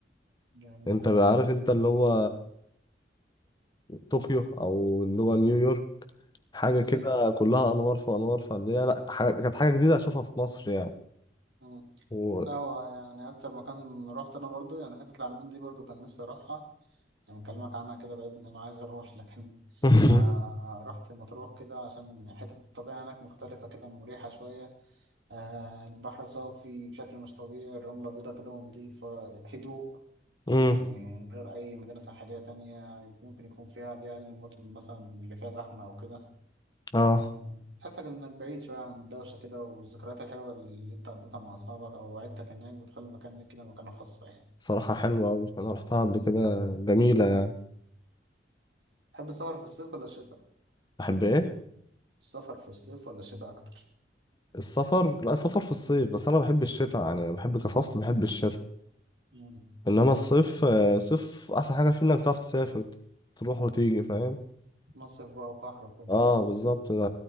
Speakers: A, on the right (about 75°); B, on the left (about 25°).
A: جامد
B: انت
A: ده
B: عارف انت اللي هو طوكيو او اللي هو نيويورك حاجه
A: مم،
B: كده كلها انوار في انوار فاللي هي لا حاجة كانت حاجه جديده اشوفها في مصر يعني
A: مم.
B: و...
A: لا هو يعني اكتر مكان رحت انا برضو يعني حتة العلمين دي برضو كان نفسي اروحها يعني اكلمك عنها كده بقيت ان انا عايز اروح <laughs> لكن
B: <laughs>
A: آه رحت مطروح كده عشان حتة الطبيعة هناك مختلفة كده مريحة شوية آه البحر صافي بشكل مش طبيعي الرملة بيضة كده ونضيفة هدوء
B: أمم،
A: يعني غير أي مدينة ساحلية تانية ممكن يكون فيها دي أقل المدن مثلا اللي فيها زحمة أو كده
B: اه
A: آه، تحسك إنك بعيد شوية عن الدوشة كده والذكريات الحلوة اللي أنت قضيتها مع أصحابك أو عيلتك هناك بتخلي المكان ليك كده مكانة خاصة يعني
B: صراحه حلوه قوي انا رحتها قبل
A: مم.
B: كده جميله يعني
A: تحب السفر في الصيف ولا الشتاء؟
B: بحب ايه
A: السفر في الصيف ولا الشتاء أكتر؟
B: السفر لا سفر في الصيف
A: مم.
B: بس انا بحب الشتاء يعني بحب كفصل بحب الشتاء
A: مم.
B: انما الصيف آه، صيف احسن حاجه فيه انك تعرف تسافر تروح وتيجي فاهم
A: مصيف بقى وبحر وكده
B: اه بالظبط ده